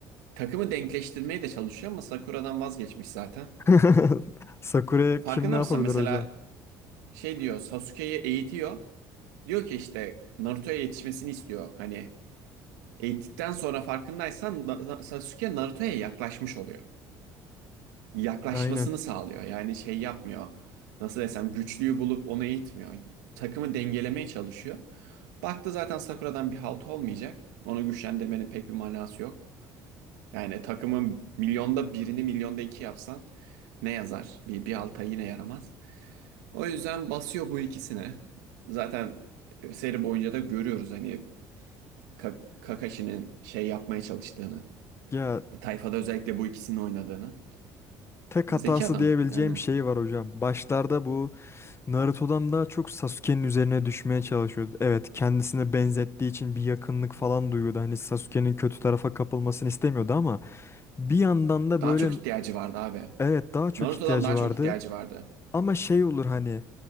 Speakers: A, on the right; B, on the left.
A: Takımı denkleştirmeye de çalışıyor ama Sakura'dan vazgeçmiş zaten.
B: <laughs> Sakura'ya
A: Farkında
B: kim ne yapabilir
A: mısın mesela
B: hocam?
A: şey diyor Sasuke'yi eğitiyor. Diyor ki işte Naruto'ya yetişmesini istiyor. Hani eğittikten sonra farkındaysan Na- Na- Sasuke Naruto'ya yaklaşmış oluyor. yaklaşmasını
B: Aynen.
A: sağlıyor. Yani şey yapmıyor. Nasıl desem güçlüyü bulup onu eğitmiyor. Takımı dengelemeye çalışıyor. Baktı zaten Sakura'dan bir halt olmayacak. Onu güçlendirmenin pek bir manası yok. Yani takımın milyonda birini milyonda iki yapsan ne yazar? Bir, bir halta yine yaramaz. O yüzden basıyor bu ikisine. Zaten seri boyunca da görüyoruz hani Ka- Kakashi'nin şey yapmaya çalıştığını.
B: Ya
A: Tayfada özellikle bu ikisini oynadığını.
B: tek hatası
A: Zeki adam
B: diyebileceğim
A: yani.
B: şey var hocam. Başlarda bu Naruto'dan daha çok Sasuke'nin üzerine düşmeye çalışıyordu. Evet, kendisine benzettiği için bir yakınlık falan duyuyordu. Hani Sasuke'nin kötü tarafa kapılmasını istemiyordu ama bir yandan da
A: Daha
B: böyle
A: çok ihtiyacı vardı abi.
B: evet daha çok
A: Naruto'dan
B: ihtiyacı
A: daha
B: vardı.
A: çok ihtiyacı vardı.
B: Ama şey olur hani